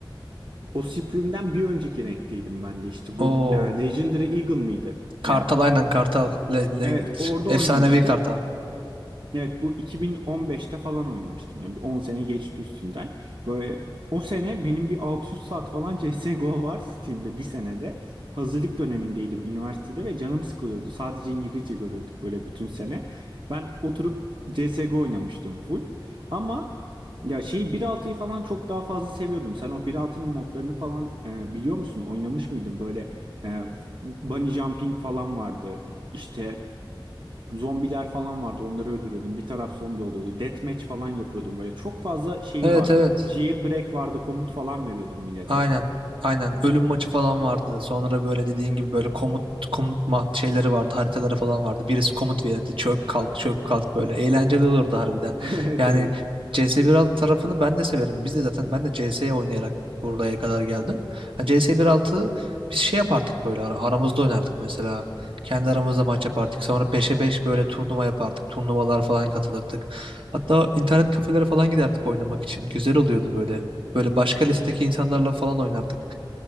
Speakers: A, on the right; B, on the right.
A: o Supreme'den bir önceki renkteydim ben de işte
B: Oo.
A: bu e, Legendary Eagle mıydı?
B: Kartal
A: Ya
B: aynen Kartal. Le, le,
A: Evet, orada
B: efsanevi
A: oynamıştım.
B: Kartal.
A: Evet bu 2015'te falan oynamıştım. Yani bir 10 sene geçti üstünden. Böyle o sene benim bir 600 saat falan CSGO var Steam'de bir senede. Hazırlık dönemindeydim üniversitede ve canım sıkılıyordu. Sadece İngilizce görüyorduk böyle bütün sene. Ben oturup CSGO oynamıştım full. Ama ya şey altıyı falan çok daha fazla seviyordum. Sen o bir altının modlarını falan e, biliyor musun? Oynamış mıydın? Böyle e, bunny jumping falan vardı. İşte Zombiler falan vardı onları öldürüyordum. Bir taraf zombi oluyordu. Deathmatch falan yapıyordum böyle. Çok fazla şeyi
B: Evet
A: vardı.
B: evet.
A: Jailbreak vardı komut falan veriyordum millete.
B: Aynen. Aynen. Ölüm maçı falan vardı. Sonra böyle dediğin gibi böyle komut komut mat şeyleri vardı. Haritaları falan vardı. Birisi komut verirdi. Çök kalk, çök kalk böyle. Eğlenceli olurdu harbiden.
A: <laughs> Evet
B: Yani
A: evet.
B: CS1.6 tarafını ben de severim. Biz de zaten ben de CS oynayarak buraya kadar geldim. Ha, CS1.6 biz şey yapardık böyle ara- aramızda oynardık mesela. Kendi aramızda maç yapardık. Sonra beşe 5 böyle turnuva yapardık. Turnuvalar falan katılırdık. Hatta internet kafelere falan giderdik oynamak için. Güzel oluyordu böyle. Böyle başka lisedeki insanlarla falan oynardık.